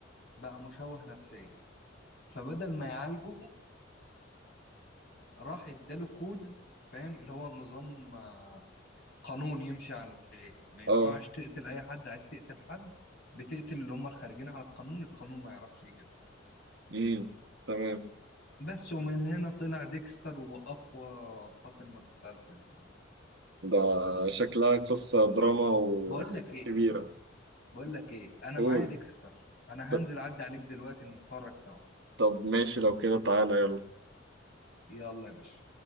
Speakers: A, on the left; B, on the right.
A: بقى مشوه نفسيا فبدل ما يعالجه راح اداله كودز فاهم اللي هو نظام آه، قانون يمشي عليه ما ينفعش
B: اه
A: تقتل اي حد عايز تقتل حد بتقتل اللي هم الخارجين على القانون القانون ما يعرفش يجيبها
B: امم تمام
A: بس ومن هنا طلع ديكستر واقوى قاتل متسلسل في
B: ده شكلها قصة دراما وكبيرة
A: بقول لك ايه بقول لك ايه انا
B: قول
A: معايا ديكستر انا
B: ط-
A: هنزل اعدي عليك دلوقتي نتفرج سوا
B: طب ماشي لو كده تعالى يلا
A: يلا يا باشا